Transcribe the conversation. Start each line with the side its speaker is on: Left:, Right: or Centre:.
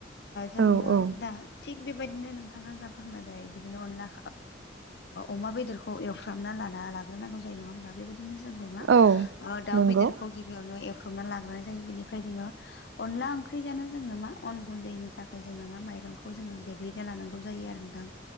Left: जोंनो
Right: औ औ
Left: दा थिग बेबायदिनो नोंथाङा जा फोरमायबाय बिदिनो अनला अमा बेदरखौ एवफ्रामना लाना लाग्रोनांगौ जायो नङा होमबा बेबायदिनो जोंबो मा
Right: औ
Left: दाउ
Right: नंगौ
Left: बेदरखौ गिबियावनो एवफ्र्रबना लाग्रोनाय जायो बेनिफ्राय जोङो अनला ओंख्रि जाना जोंनो मा अन गुन्दैनि थाखाय जोंनो मा माइरंखौ जोङो देग्लिना लानांगौ जायो आरो दां